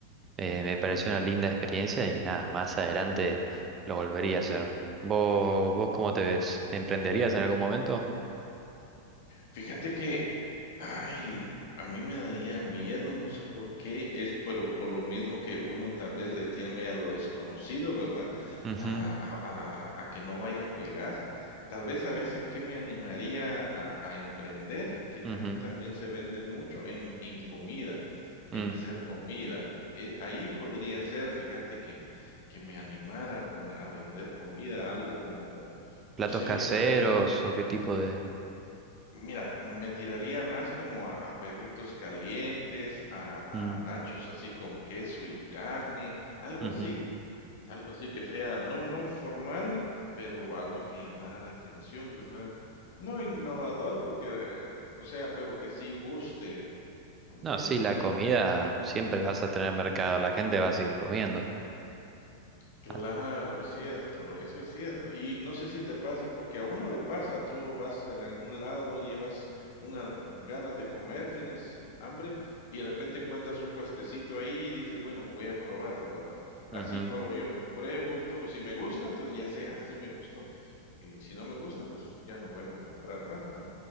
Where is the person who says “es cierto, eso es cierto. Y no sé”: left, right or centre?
Left